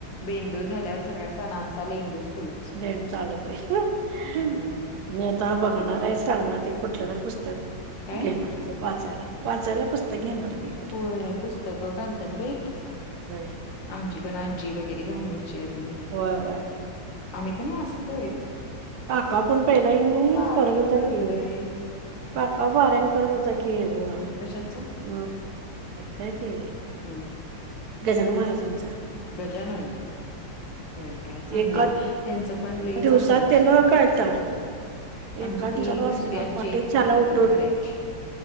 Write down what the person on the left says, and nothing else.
बेंदूर झाल्यावर सगळ्या सणांचा लेंडूर सुरूच.
होय
काय
होय पुस्तकं घालतात बाई एक- एक.
आमची पण आजी वगैरे घालायची आधी.
आम्ही पण वासतोय.
पारायण
करतय
होय कशाच?
हम्म
गजानन. होय काय चांगली
ग त्यांचं पण लय
चांगलं असतय.
आमची
ती
एक
दुसरी आजी
हायकीनी
ती
पण करायची.